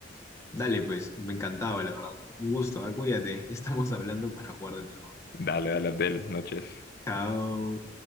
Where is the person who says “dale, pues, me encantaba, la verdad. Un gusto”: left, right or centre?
Left